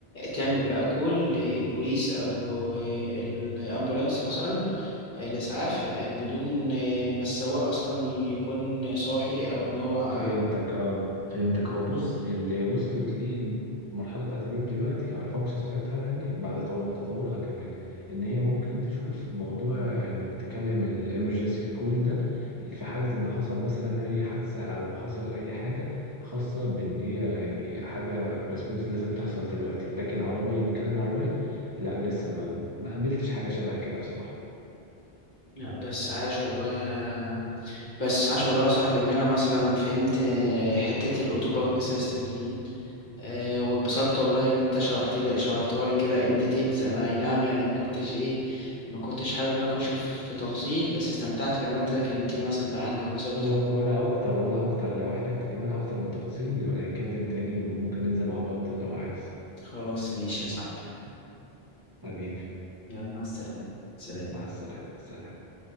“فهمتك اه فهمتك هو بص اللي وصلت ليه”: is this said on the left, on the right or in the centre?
Right